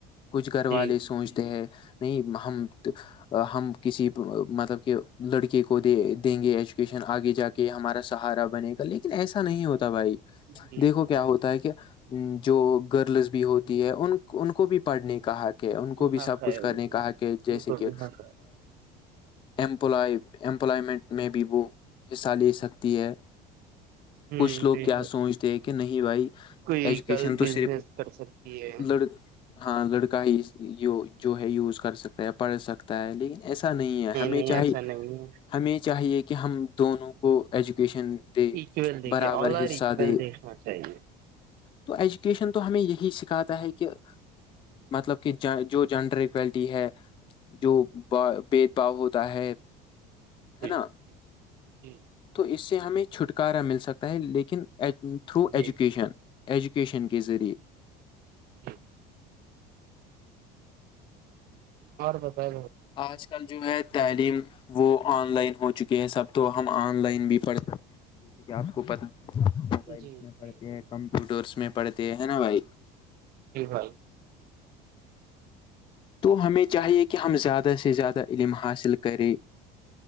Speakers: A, on the left; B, on the right.
A: کچھ گھر
B: جی
A: والے سوچتے ہے نہیں ہمم ہم کسی مطلب کہ لڑکے کو دے دیں گے ایجوکیشن آگے جا کے کہ ہمارا سہارا بنے گا لیکن ایسا نہیں ہوتا بھائی
B: جی
A: دیکھو
B: جی
A: کیا ہوتا ہے کہ جو گرلز بھی ہوتی ہے ان ان کو بھی پڑھنے کا حق کہ ان کو بھی
B: حق
A: سب
B: ہے
A: کچھ
B: ان
A: کرنے
B: کو
A: کاا کہ جیسے
B: ان کو
A: کہ
B: بھی حق ہے
A: امپلائی ایمپلائمنٹ میں بھی وہ حصہ لے سکتی ہے
B: <inaudible>
A: کچھ لوگ
B: ٹھیک
A: کیا
B: ہے
A: سوچتے ہیں کہ نہیں بھائی
B: کوئی
A: ایجوکیشن
B: کل
A: تو
B: بزنس
A: صرف
B: کر سکتی ہے
A: لڑ ہاں لڑکا ہی جو ہے یوز کر سکتا ہے پڑھ سکتا لیکن ایسا نہیں ہے ہمیں
B: نہیں
A: چاہے
B: ایسا نہیں ہے
A: ہمیں چاہیے کہ ہم دونوں کو ایجوکیشن دے
B: اکول دیکھیے
A: برابر
B: آل آر
A: حصہ
B: اکول
A: دے
B: دیکھنا چاہیے
A: تو ایجوکیشن تو ہمیں یہی سکھاتا ہے کہ مطلب کہ جو جینڈر ایکولٹی ہے جو ب بد بھا ہوتا ہے ہے
B: جی
A: نا
B: جی
A: تو اس سے ہمیں چھٹکارا مل سکتا ہے لیکن تھرو
B: جی
A: ایجوکیشن
B: جی
A: ایجوکیشن کے ذریعے
B: جی اور بتا
A: آج کل جو ہے تعلیم وہ آن لائن ہو چکے ہیں سب تو ہم آن لائن بھی پڑھ سکتے ہیں جیسے کہ آپ کو پت موبائلس
B: جی جی
A: میں پڑھتے
B: جی
A: ہیں کمپیوٹرس میں پڑھتے ہیں نا بھائی
B: جی بال
A: تو ہمیں چاہیے کہ ہم زیادہ سے زیادہ علم حاصل کریں